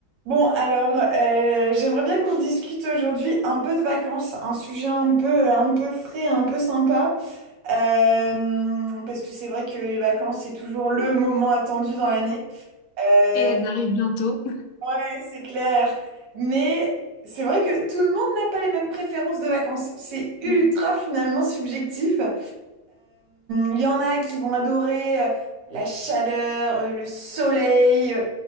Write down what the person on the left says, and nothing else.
Et elles arrivent bientôt.
Mm.